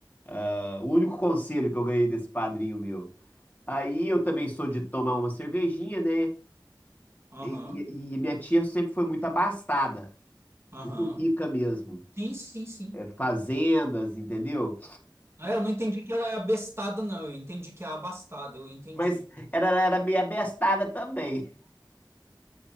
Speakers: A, on the left; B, on the right.
A: ah, o único conselho que eu ganhei desse padrinho meu. Aí eu também sou de tomar uma cervejinha, né?
B: aham,
A: E, e minha tia sempre foi muito abastada,
B: aham.
A: muito rica mesmo.
B: Sim, sim, sim.
A: É, fazendas, entendeu?
B: Ah, eu não entendi que ela é abestada, não. Eu entendi que é abastada, eu entendi.
A: Mas era, ela era meio abestada também.